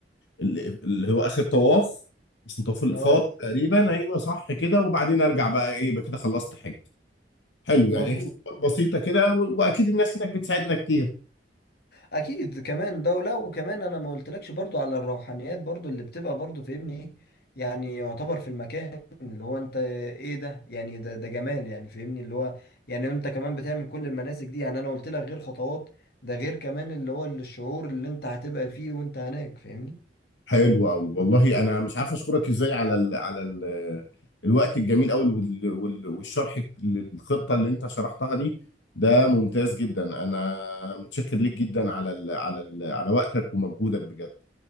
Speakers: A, on the left; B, on the left.
A: ال- اللي هو اخر طواف اسمه طواف الافاضه
B: اه
A: تقريبا ايوه صح كده وبعدين ارجع بقى ايه يبقى كده خلصت حج حلو يعني
B: مظبوط
A: هي خطوات بسيطه كده و- واكيد الناس هناك بتساعدنا كتير
B: اكيد كمان دولة وكمان انا ما قلتلكش برضو على الروحانيات برضو اللي بتبقى برضو فاهمني ايه يعني يعتبر في المكان اللي هو انت ايه ده يعني ده ده جمال يعني فاهمني اللي هو يعني انت كمان بتعمل كل المناسك دي يعني انا قلت لك غير خطوات ده غير كمان اللي هو الشعور اللي انت هتبقى فيه وانت هناك فاهمني
A: حلو قوي والله انا مش عارف اشكرك ازاي على ال على ال الوقت الجميل قوي وال- وال- والشرح للخطه اللي انت شرحتها دي ده ممتاز جدا انا متشكر ليك جدا على ال على ال على وقتك ومجهودك بجد